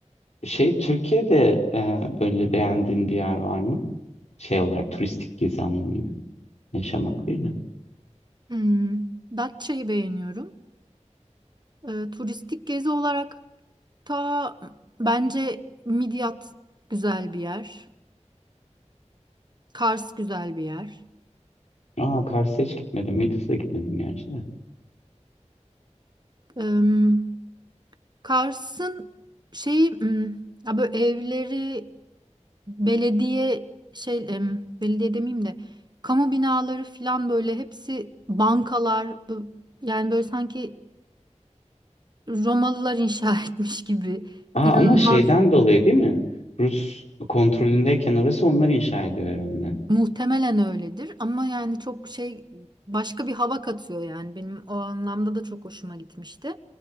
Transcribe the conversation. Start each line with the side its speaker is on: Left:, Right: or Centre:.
Left: Şey Türkiye'de e, böyle beğendiğin bir yer var mı? Şey olarak turistik gezi anlamıyla. Yaşamak değil de.
Right: Hmm, Datça'yı beğeniyorum. E, turistik gezi olarak ta bence Midyat güzel bir yer. Kars güzel bir yer.
Left: Aa Kars'a hiç gitmedim. Midis'e gitmedim yani işte.
Right: Em, Kars'ın şeyi hmm, ya böyle evleri belediye şey em, belediye demeyeyim de kamu binaları falan böyle hepsi bankalar bu- yani böyle sanki Romalılar inşa <laughs> etmiş gibi.
Left: Aa
Right: İnanılmaz
Left: ama şeyden dolayı değil mi? Rus kontrolündeyken orası onlar inşa ediyor herhalde.
Right: Muhtemelen öyledir ama yani çok şey başka bir hava katıyor yani benim o anlamda da çok hoşuma gitmişti.